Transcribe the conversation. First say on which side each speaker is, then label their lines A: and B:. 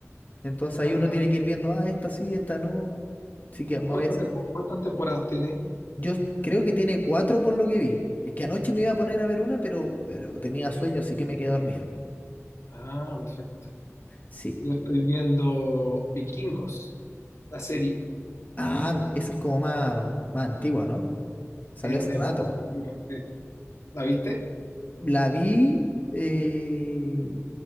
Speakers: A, on the left (about 35°); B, on the left (about 80°).
A: Entonces
B: Ah,
A: ahí uno tiene que ir viendo, ah, esta sí, esta no. Así que me
B: ¿cuántas
A: voy a sentar.
B: tempo- cuántas temporadas tiene?
A: Yo creo que tiene cuatro por lo que vi. Es que anoche me iba a poner a ver una, pero, pero tenía sueño, así que me quedé dormida.
B: Ah, perfecto.
A: Sí.
B: Yo estoy viendo Vikingos, la serie,
A: Sí. Ah, esa es como más, más antigua, ¿no? Salió
B: es,
A: hace
B: es
A: rato.
B: un poco más antigua. sí. ¿La viste?
A: La vi, eh,